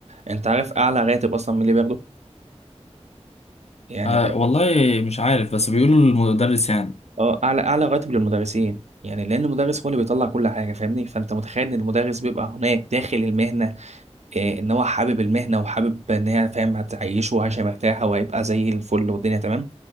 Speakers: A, on the right (about 70°); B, on the left (about 65°).
A: انت عارف اعلى راتب اصلا من اللي بياخده يعني
B: أه
A: ده
B: والله مش عارف بس بيقولوا المدرس يعني
A: اه اعلى اعلى راتب للمدرسين يعني لان المدرس هو اللي بيطلع كل حاجه فاهمني فانت متخيل ان المدرس بيبقى هناك داخل المهنه إيه ان هو حابب المهنه وحابب ان هي فاهم هتعيشه وعايشه مرتاحه وهيبقى زي الفل والدنيا تمام